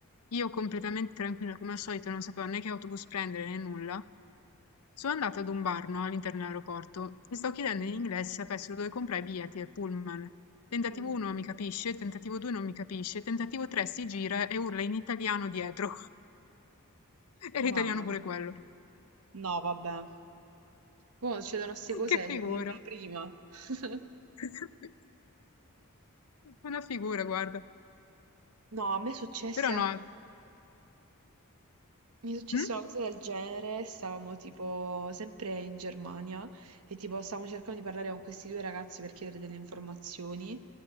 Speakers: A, on the left; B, on the right.
A: io completamente tranquilla come al solito, non sapevo né che autobus prendere né nulla, sono andata ad un bar, no? All'interno dell'aeroporto e sto chiedendo
B: Mh.
A: in inglese se sapessero dove comprare i biglietti del pullman. Tentativo
B: Mh.
A: 1 mi capisce, tentativo 2 non mi capisce, tentativo 3 si gira e urla in italiano dietro. <laughs> Era italiano
B: No,
A: pure quello. <laughs>
B: no vabbè. Mo' succedono 'ste cose,
A: Che figura.
B: cioè, dimmelo prima. <laughs>
A: <laughs> Buona figura, guarda.
B: No, a me è successe
A: Però
B: anche
A: no.
B: Mi è successa
A: Mh?
B: una cosa del genere, stavamo tipo sempre in Germania e tipo stavamo cercando di parlare con questi due ragazzi per chiedere delle informazioni